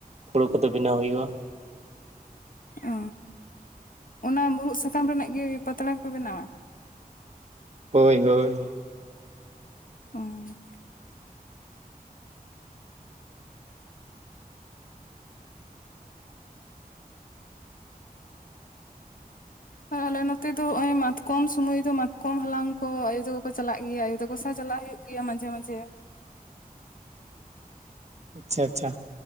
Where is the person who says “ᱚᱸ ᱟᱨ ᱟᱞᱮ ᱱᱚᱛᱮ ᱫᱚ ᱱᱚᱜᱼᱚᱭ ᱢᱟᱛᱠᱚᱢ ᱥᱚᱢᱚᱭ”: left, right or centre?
Left